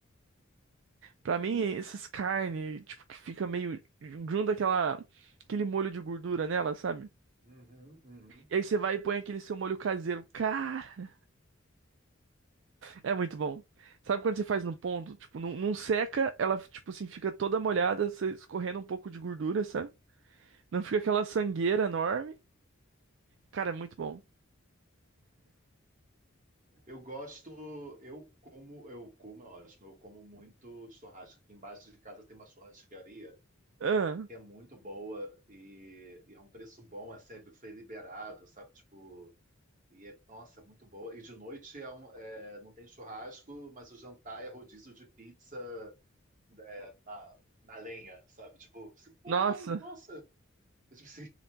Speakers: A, on the right (about 60°); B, on the right (about 35°).
A: Pra
B: hum,
A: mim, essas carnes, tipo, que fica meio. Junta aquela, aquele molho de gordura nela, sabe?
B: uhum, uhum.
A: E aí você vai e põe aquele seu molho caseiro. Cara. É muito bom. Sabe quando você faz no ponto? Tipo, não, não seca, ela, tipo assim, fica toda molhada, você escorrendo um pouco de gordura, sabe? Não fica aquela sangueira enorme. Cara, é muito bom.
B: Eu gosto, eu como, eu como, é ótimo, eu como muito churrasco. Aqui embaixo de casa tem uma churrascaria
A: Ah,
B: que é muito boa e, e é um preço bom, assim, é buffet liberado, sabe? Tipo, e é, nossa, é muito boa. E de noite é um- é, não tem churrasco, mas o jantar é rodízio de pizza é, na, na lenha, sabe? Tipo, você, pô,
A: nossa,
B: nossa. É tipo assim,